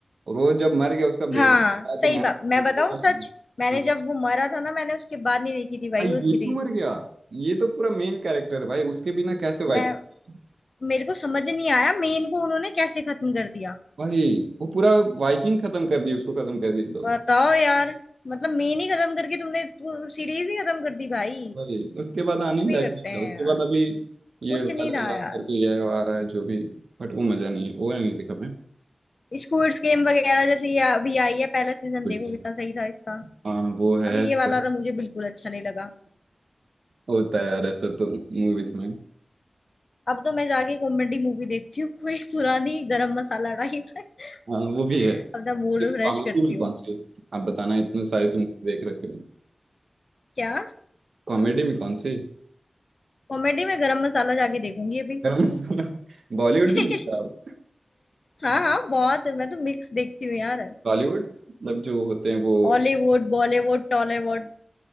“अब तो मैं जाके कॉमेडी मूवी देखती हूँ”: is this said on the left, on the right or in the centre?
Left